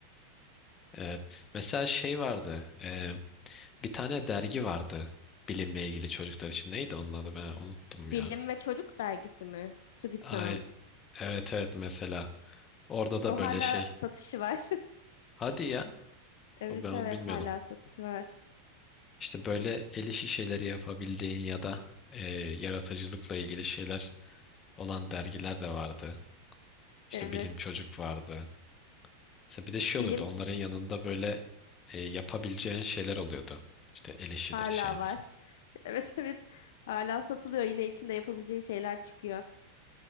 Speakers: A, on the left; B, on the left.
A: Evet. Mesela şey vardı. e, bir tane dergi vardı. Bilimle ilgili çocuklar için. Neydi onun adı? Ben unuttum ya.
B: Bilim ve Çocuk dergisi mi? TÜBİTAK'ın.
A: Ay, evet evet mesela. Orada da
B: O
A: böyle
B: hala
A: şey.
B: satışı var. <laughs>
A: Hadi ya.
B: Evet
A: O Ben onu
B: evet
A: bilmiyordum.
B: hala satış var.
A: İşte böyle el işi şeyleri yapabildiğin ya da e, yaratıcılıkla ilgili şeyler olan dergiler de vardı. İşte
B: Evet.
A: Bilim Çocuk vardı. Mesela bir de şey
B: Bilim
A: oluyordu. Onların yanında böyle e, yapabileceğin şeyler oluyordu. İşte el işidir
B: hala
A: şeydir.
B: var. <laughs> Evet evet hala satılıyor. Yine içinde yapabileceğin şeyler çıkıyor.